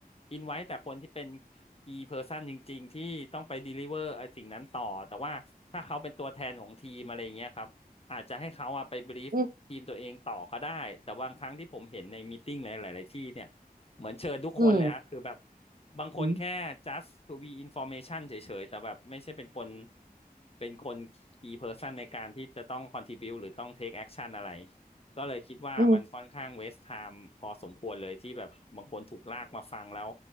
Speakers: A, on the left; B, on the right.
A: อินไว้แต่คนที่เป็น key person จริงๆที่ต้องไป deliver ไอ้สิ่งนั้นต่อแต่ว่าถ้าเขาเป็นตัวแทนของทีมอะไรอย่างเงี้ยครับอาจจะให้เขาอะไป brief
B: อืม
A: ทีมตัวเองต่อก็ได้แต่บางครั้งที่ผมเห็นในมีติ้งหลายๆที่เนี่ยเหมือนเชิญทุกคนเลยฮะคือแบบ
B: อืม
A: บางคนแค่
B: อืม
A: just to be information เฉยๆแต่แบบไม่ใช่เป็นคนเป็นคน key person ในการที่จะต้อง contribute หรือต้อง take action อะไร ก็เลยคิดว่ามันค่อนข้างเวส
B: อืม
A: t i ม e พอสมควรเลยที่แบบบางคนถูกลากมาฟังแล้ว